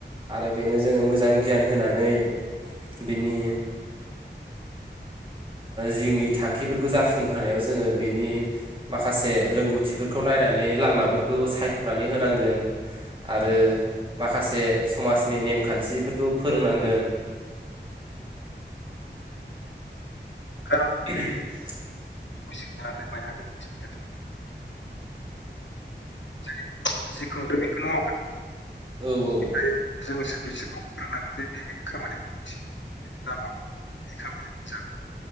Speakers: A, on the right; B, on the left.
A: आरो बेनो जोंङो मोजां गियान होनानै बिनि जिउनि थांखिफोरखौ जाफुंहोनायाव जोंङो बेनि माखासे रोंगौथिफोरखौ नायनानै लामाफोरखौ सायख'नानै होनांगोन आरो माखासे समाजनि नेमखान्थिफोरखौ फोरोंनांगोन
B: <unintelligible>
A: <inaudible>
B: बिनाय नालाय माया गोन्थि माया थार जों जि खुंदों बेखौनो मावगोन
A: औ औ
B: बेनिफ्राय जोंसो बिसोरखौ फोरोंनांगोन जे बे खामानि गोरोन्थि बेखौ दामाव खामानिया मोजां